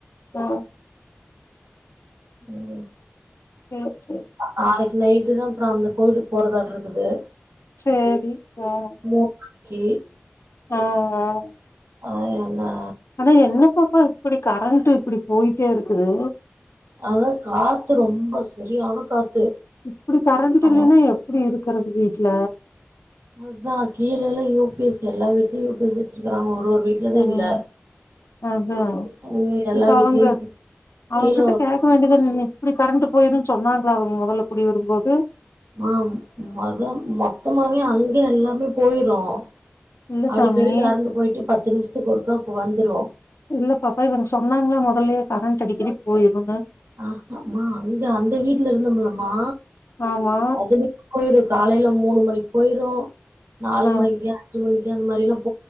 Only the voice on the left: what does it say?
ஆ
ம் சேரி
சேரி ம்
ம் ம்
ஆனா என்ன பாப்பா இப்டி கரண்டு இப்டி போயிட்டே இருக்குது
இப்டி கரண்ட்
இல்லைனா எப்டி இருக்கிறது வீட்ல
ம்
அதா
இப்ப
அவங்க
அவங்க
கிட்ட கேக்க வேண்டிய தான நீ இப்டி கரண்ட் போயிருன் அவங்க சொன்னாங்களா அவங்க மொதல குடி வரும்போது
இல்ல
சாமி
இல்ல பாப்பா இவங்க சொன்னாங்களா முதல்லயே கரண்ட் அடிக்கடி போயிருன்னு
ஆமா
ஆ